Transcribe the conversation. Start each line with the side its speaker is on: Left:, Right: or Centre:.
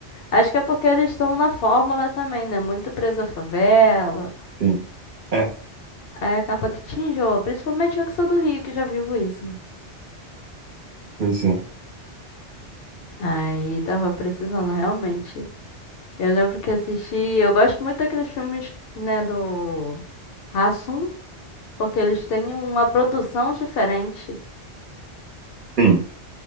Left: Acho que é porque eles estão na fórmula também, né? Muito preso à favela.
Right: Sim. É,
Left: Aí acaba que te enjoa, principalmente eu que sou do Rio, que já vivo isso, né?
Right: pois é.
Left: Aí tava precisando realmente. Eu lembro que assisti. Eu gosto muito daqueles filmes, né, do Hassum, porque eles têm uma produção diferente.
Right: Sim.